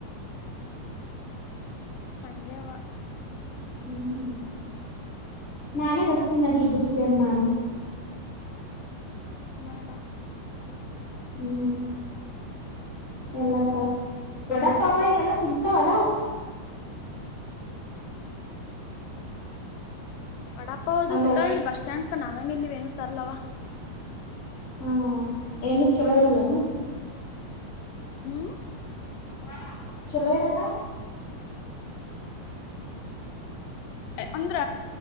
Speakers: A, on the left; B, on the left.
A: ಹಂಗೆ ಅವ
B: ಹ್ಮ್ ನಾನೇ ಬರ್ತೀನ ನಡಿ ಇಬ್ರು ಸೇರಿ ಮಾಡಮ
A: ಬಾ ಬಾ
B: ಹ್ಮ್ ಎಲ್ಲ ತರ ವಡಪಾವ ಇವೆಲ್ಲ ಸಿಗ್ತಾವಲ್ಲ
A: ವಡಪ್ಪಾವ ಹದು
B: ಹಲೋ
A: ಸೀತಾವಿಲ್ ಬಸ್ ಸ್ಟ್ಯಾಂಡ್ಕ ನಾವೇನ್ ಇಲ್ಲಿವ ಏನು ತರ್ಲವಾ
B: ಹಾ ಏನು ಚಲೋ ಇರಲ್ಲನು
A: ಹ್ಮ್
B: ಹ ಚೂಲ್ಲಯಿರಲ್ಲ
A: ಅಂದ್ರ